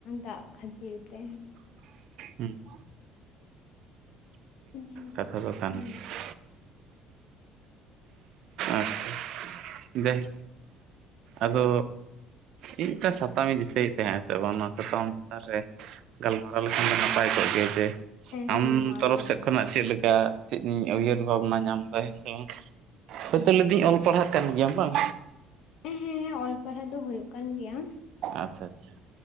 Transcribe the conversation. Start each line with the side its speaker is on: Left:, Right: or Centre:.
Left: ᱫᱟᱜ ᱠᱷᱟᱹᱛᱤᱨ ᱛᱮ ᱾
Right: ᱦᱩᱸ
Left: <inaudible>
Right: ᱠᱟᱛᱷᱟ ᱫᱚ ᱠᱟᱱ
Left: ᱦᱩᱸ
Right: ᱜᱮᱭᱟ ᱟᱪᱪᱷᱟ ᱫᱟᱹᱭ ᱟᱫᱚ ᱤᱧ ᱢᱤᱫᱴᱟᱝ ᱥᱟᱛᱟᱢᱤᱧ ᱫᱤᱥᱟᱹᱭᱮᱫ ᱛᱟᱦᱮᱸᱜᱼᱟ ᱥᱮ ᱵᱟᱝ ᱚᱱᱟ ᱥᱟᱛᱟᱢ ᱪᱮᱛᱟᱱ ᱨᱮ᱾ ᱜᱟᱞᱢᱟᱨᱟᱣ ᱞᱮᱠᱷᱟᱱ ᱫᱚ ᱱᱟᱯᱟᱭ ᱠᱚᱜ ᱜᱮᱭᱟ ᱡᱮ ᱟᱢ
Left: ᱦᱮᱸ ᱢᱟ
Right: ᱛᱚᱨᱚᱯᱷ
Left: ᱞᱟᱹᱭ
Right: ᱥᱮᱫ
Left: ᱢᱮ
Right: ᱠᱷᱚᱱᱟᱜ ᱪᱮᱜ ᱞᱮᱠᱟ ᱪᱮᱫ ᱤᱧ ᱩᱭᱦᱟᱹᱨ ᱵᱷᱟᱵᱱᱟ ᱧᱟᱢ ᱫᱟᱭ ᱦᱮᱸ ᱥᱮ ᱵᱟᱝ <unintelligible> ᱞᱟᱹᱭ ᱫᱟᱹᱧ ᱚᱞ ᱯᱟᱲᱦᱟᱜ ᱠᱟᱱ ᱜᱮᱭᱟᱢ ᱵᱟᱝ?
Left: ᱩᱸ ᱦᱩᱸ ᱚᱞ ᱯᱟᱲᱦᱟᱣ ᱫᱚ ᱦᱳᱭᱳᱜ ᱠᱟᱱ ᱜᱮᱭᱟ
Right: ᱟᱪᱪᱷᱟ ᱟᱪᱪᱷᱟ